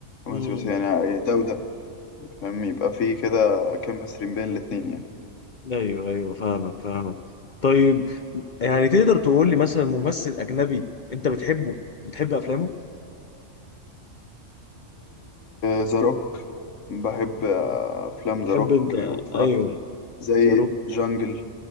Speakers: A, on the left; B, on the left.
A: رومانسي
B: امم
A: بس يعني آه، يعني ده وده فاهم يبقى فيه كده كيمستري بين الاتنين يعني
B: أيوه أيوه فاهمك فاهمك طيب يعني تقدر تقول لي مثلا ممثل أجنبي أنت بتحبه بتحب أفلامه؟
A: ذا روك بحب آه، افلام
B: تحب
A: ذا روك
B: أنت
A: واتفرجت
B: أيوه
A: زي
B: ذا روك
A: جانجل